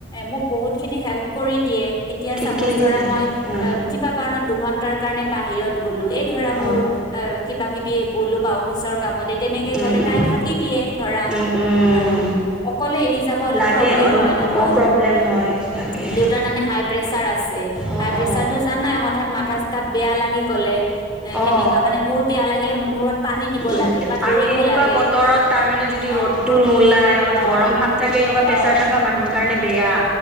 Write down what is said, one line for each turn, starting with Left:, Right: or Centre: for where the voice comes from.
Left: মোক বহুতখিনি হেল্প কৰি দিয়ে এতিয়া
Centre: ঠিকে
Left: চাপচ
Centre: আছে
Left: ধৰা মই এ
Centre: অ
Left: কিবা কাৰণত দুঘন্টাৰ কাৰণে বাহিৰত গলো এই ধৰা মোৰ
Centre: অ
Left: এ কিবা কিবি গ'লো বা অফিচৰ কামতে তেনেকে
Centre: উম
Left: গ'লে
Centre: উম
Left: তাই থাকি দিয়ে ধৰা
Centre: উম উম
Left: আৰু, অকলে এৰি যাব অলপ
Centre: লাগে
Left: প্ৰব্লেম হয় নহয়।
Centre: অ প্ৰব্লেম
Left: উম
Centre: হয় তাকে
Left: দেউতাৰ তাৰ মানে হাই প্ৰেচাৰ আছে
Centre: অ
Left: হাই প্ৰেচাৰ
Centre: অ
Left: টো জানা নাই হঠাৎ মাথা চাথা বেয়া লাগি গলে, এ সেনেকুৱা
Centre: অ
Left: মানে মোৰ বেয়া লাগিলে মোৰ মূৰত পানী দিব
Centre: উম
Left: লাগে। বা ধৰিব
Centre: আৰু এনেকুৱা
Left: লাগে
Centre: বতৰত তাৰ মানে যদি
Left: অ
Centre: ৰ'দটো নোলাই অলপ
Left: অ
Centre: গৰম ভাব থাকে এনেকুৱা
Left: অ
Centre: প্ৰেচাৰ থকা মানুহ। কাৰনে বেয়া।